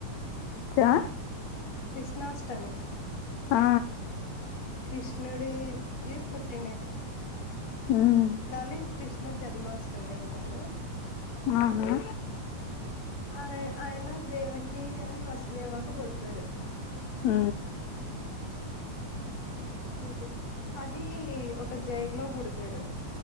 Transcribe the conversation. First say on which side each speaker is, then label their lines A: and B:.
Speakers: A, on the left; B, on the left.
A: చ
B: క్రిష్ణాష్టమి
A: ఆ
B: కృష్ణుడిది పుట్టినది
A: ఉమ్
B: దాన్ని కృష్ణ జన్మాష్టమి అంటారు.
A: అవునా
B: ఆ ఆయన దేవకి అండ్ వసుదేవాకి పుడతడు
A: ఊ
B: ఊ అది ఒక జై లో పుడతడు